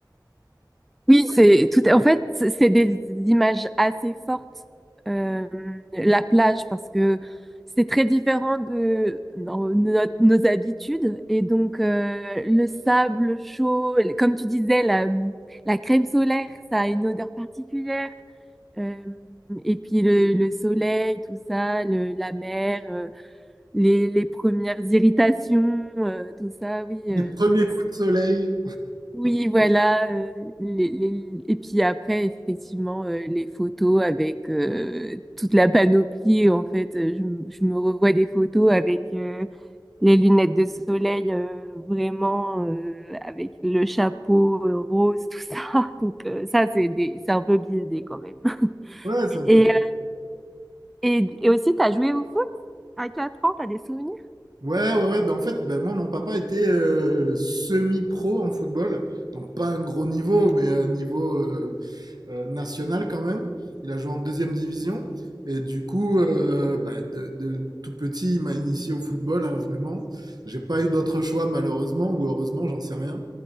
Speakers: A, in the centre; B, on the right (about 60°).
A: Oui, c'est tout. En fait, c'est c'est des images assez fortes, euh, la plage, parce que c'est très différent de nos, nos- nos habitudes. Et donc, euh, le sable chaud, comme tu disais, la, la crème solaire, ça a une odeur particulière. Euh, et puis le, le soleil, tout ça, le- la mer, euh, les, les premières irritations, euh, tout ça, oui, euh,
B: Les premiers
A: je pense.
B: coups de soleil.
A: Oui, voilà. euh, les, les- Et puis après, effectivement, euh, les photos avec euh, toute la panoplie. En fait, euh, je, m- je me revois des photos avec euh, les lunettes de soleil, euh, vraiment, euh, avec le chapeau euh, rose, tout ça. <laughs> Donc euh, ça, c'est des... c'est un peu biaisé quand même. <laughs>
B: Ouais, c'est un peu.
A: Et, et aussi, t'as joué au foot à quatre ans, t'as des souvenirs?
B: Ouais, ouais, ouais. Ben, en fait, ben, moi, mon papa était euh, semi-pro en football. Donc, pas un gros niveau, mais un niveau euh, euh, national quand même. Il a joué en deuxième division. Et du coup, euh, bah, de, de tout petit, il m'a initié au football, hein, vraiment. J'ai pas eu d'autre choix, malheureusement, ou heureusement, j'en sais rien.